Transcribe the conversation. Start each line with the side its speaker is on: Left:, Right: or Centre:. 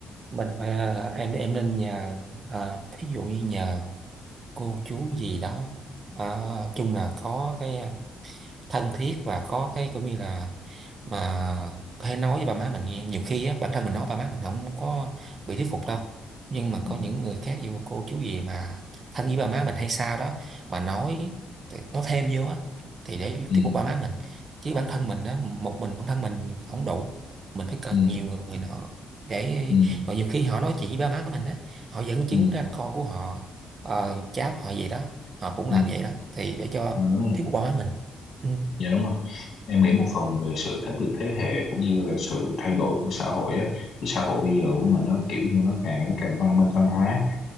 Right: mình phải à, em em nên nhờ à, thí dụ như nhờ cô chú gì đó à, chung là có cái à, thân thiết và có cái cũng như là mà hay nói với ba má mình nghe nhiều khi á bản thân mình nói ba má mình không có bị thuyết phục đâu nhưng mà
Left: ừ
Right: có những người khác vô cô chú gì mà thân với ba má mình hay sao đó mà nói thì nói thêm vô á thì để
Left: ừ
Right: thuyết phục ba má mình chứ bản thân mình á một mình bản thân mình không đủ mình phải cần
Left: ừ
Right: nhiều người nữa để
Left: ừ
Right: và nhiều khi họ nói chuyện với ba má mình á họ dẫn chứng
Left: ừ
Right: ra con của họ ờ, cháp họ gì đó họ cũng
Left: ừ
Right: làm vậy đó thì để cho
Left: Dạ, đúng rồi,
Right: thuyết phục báo mình ừ.
Left: dạ đúng rồi em nghĩ một phần về sự khác biệt thế hệ cũng như là sự thay đổi của xã hội á cái xã hội bây giờ của mình nó kiểu như nó càng ngày càng văn minh văn hóa